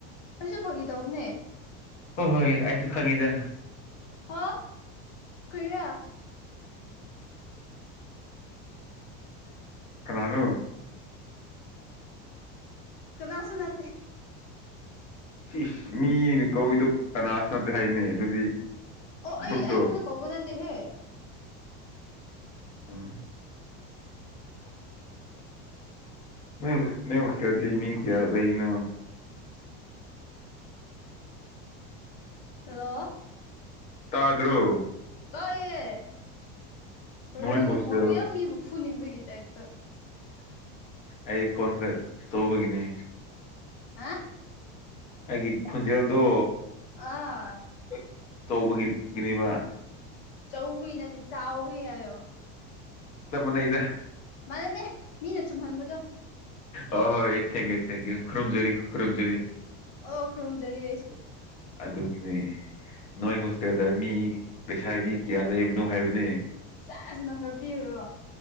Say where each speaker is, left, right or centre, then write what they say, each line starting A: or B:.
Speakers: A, on the left (about 65°); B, on the left (about 25°).
A: ꯑꯩꯁꯨ ꯐꯥꯒꯤ ꯇꯧꯅꯦ
B: ꯍꯣꯏ ꯍꯣꯏ ꯑꯩꯁꯨ ꯈꯪꯉꯤꯗ
A: ꯍ ꯀꯌꯥ <unintelligible>
B: ꯀꯅꯥꯅ‌ꯣ
A: ꯀꯅꯥꯥꯁꯨ ꯅꯠꯇ‌ꯦ
B: ꯁꯤ ꯃꯤꯅ ꯀꯧꯏꯗꯣ ꯑꯅꯥꯁꯨ ꯅꯠꯇꯦ ꯍꯥꯏꯅꯤ ꯑꯗꯨꯗꯤ
A: ꯑꯣ ꯑꯩ
B: ꯕꯨꯠꯗꯣ
A: ꯑꯩꯉꯣꯟꯅ ꯀꯧꯕꯧ ꯅꯠꯇꯦꯍꯦ
B: ꯎꯝ ꯅ‌ꯣꯏ ꯅ‌ꯣꯏ ꯍ‍‌ꯣꯁꯇꯗꯤ ꯃꯤ ꯀꯌꯥ ꯂꯩꯅ‌ꯣ
A: ꯍꯜꯂ‌ꯣ
B: ꯇꯥꯗ꯭ꯔꯣ
A: ꯇꯥꯏꯌ‌ꯦ ꯀꯩꯅ‌ꯣ
B: ꯅꯣꯏ ꯍꯣꯁꯇꯦꯜ
A: ꯅꯈ‌ꯣꯟꯗꯨ ꯌꯥꯝ ꯃꯤꯕꯨ ꯐꯨꯅꯤꯡꯕꯒꯤ ꯇꯥꯏꯞꯇ
B: ꯑꯩ ꯈꯣꯟ ꯈꯔ ꯇꯧꯕꯒꯤꯅꯤ
A: ꯑ <unintelligible>
B: ꯑꯩꯒꯤ ꯈ‌ꯣꯟꯖꯦꯜꯗꯣ
A: ꯑꯥ
B: <unintelligible> ꯑꯆꯧꯕ ꯒꯤꯅꯤꯕ
A: ꯆꯧꯕꯒꯤ ꯅꯠꯇꯦ ꯆꯥꯎꯕꯒꯤ ꯍꯥꯏꯌꯣ
B: ꯆꯞ ꯃꯥꯟꯅꯩꯗ
A: ꯃꯥꯟꯅꯗ‌ꯦ ꯃꯤꯅ ꯆꯨꯝꯍꯟꯕꯗꯣ
B: ꯑ ꯍꯣꯏ ꯊꯦꯡꯌꯨ ꯊꯦꯡꯌꯨ ꯈꯨꯔꯨꯝꯖꯔꯤ ꯈꯨꯔꯨꯝꯖꯔꯤ
A: ꯑꯣ ꯈꯨꯔꯨꯝꯖꯔꯤ ꯑꯩꯁꯨ
B: ꯑꯗꯨꯒꯤꯅꯦ ꯅꯣꯏ ꯍꯣꯁꯇꯦꯜꯗ ꯃꯤ ꯂꯩꯁꯥꯕꯤ ꯀꯌꯥ ꯂꯩꯕꯅꯣ ꯍꯥꯏꯕꯅꯦ
A: ꯁꯦꯁ ꯅꯝꯕꯔ ꯄꯤꯌꯨꯔꯣ